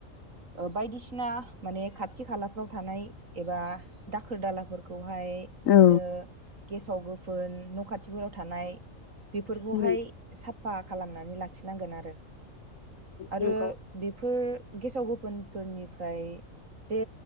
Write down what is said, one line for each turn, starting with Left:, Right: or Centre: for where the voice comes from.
Right: ओ बायदिसिना माने खाथि खालाफ्राव थानाय एबा दा दाखोर दालाफोरखौहाय इदिनो
Left: औ
Right: गेसाव गोफोन न' खाथिफोराव थानाय। बेफोरखौहाय
Left: उम
Right: साफा खालामनानै लाखिनांगोन आरो। आरो
Left: नंगौ
Right: बेफोर गेसाव गो बोन फोरनिफ्राय जे